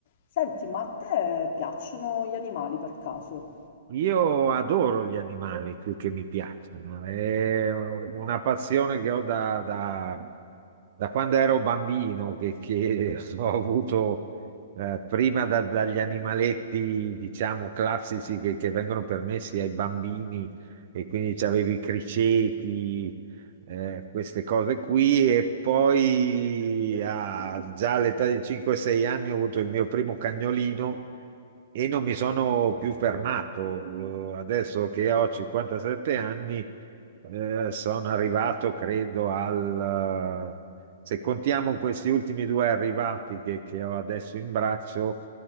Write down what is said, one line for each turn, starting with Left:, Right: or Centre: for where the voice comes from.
Left: Senti, ma a te piacciono gli animali per caso?
Right: Io adoro gli animali più che mi piacciono, è una passione che ho da, da- da quando ero bambino, che, che <laughs> ho avuto eh, prima da- dagli animaletti, diciamo, classici che, che vengono permessi ai bambini e quindi c'avevi i criceti, eh, queste cose qui e poi a- già all'età di 5-6 anni ho avuto il mio primo cagnolino e non mi sono più fermato. Eh, Adesso che ho 57 anni, eh, sono arrivato, credo, al... eh, Se contiamo questi ultimi due arrivati che, che ho adesso in braccio,